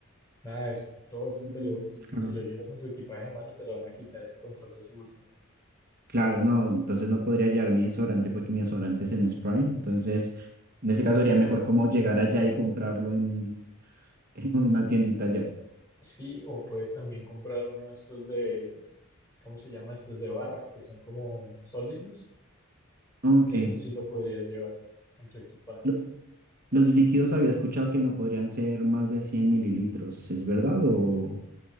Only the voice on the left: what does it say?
nada de esto. Todo esto
te lo, si,
si lo llevas en tu equipaje de mano, te lo van a quitar en el control de seguridad.
Sí, o puedes también comprar uno de estos de, ¿cómo se llama? Estos de barra, que son como sólidos.
Eso sí lo podrías llevar en tu equipaje.